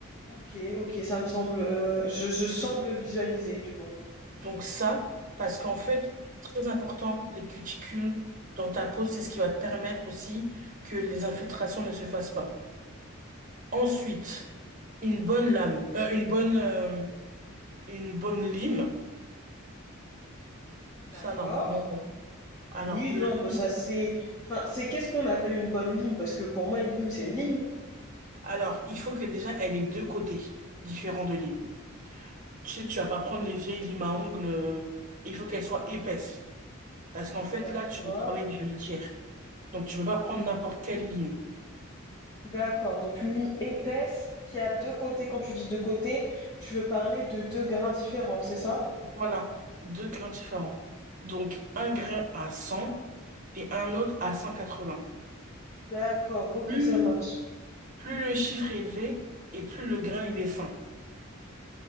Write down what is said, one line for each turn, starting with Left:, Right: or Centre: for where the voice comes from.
Left: OK, OK, ça me semble, heu, je je semble visualiser, tu vois?
Right: Donc ça, parce qu'en fait, très important, les cuticules dans ta peau, c'est ce qui va te permettre aussi que les infiltrations ne se fassent pas. Ensuite, une bonne lame, euh, une bonne, euh, une bonne lime, ça
Left: D'accord.
Right: normalement. euh, Alors,
Left: Oui,
Right: la
Left: non, bah,
Right: lime-
Left: ça c'est enfin, c'est qu'est-ce qu'on appelle une bonne lime? Parce que pour moi, une lime, c'est une lime.
Right: alors, il faut que déjà, elle ait deux côtés différents de lime. Tu sais, tu vas pas prendre les vieilles limes à ongles, euh, il faut qu'elles soient épaisses. Parce qu'en fait,
Left: D'accord,
Right: là, tu veux travailler de la matière. Donc, tu ne peux pas prendre n'importe quelle lime.
Left: d'accord, donc une lime épaisse qui a 2 côtés. Quand tu dis 2 côtés, tu veux parler de 2 grains différents, c'est ça?
Right: Voilà, deux grains différents. Donc, un grain à 100 et un autre à 180.
Left: D'accord, ok,
Right: Plus,
Left: ça marche.
Right: plus le chiffre est élevé et plus le grain il est fin.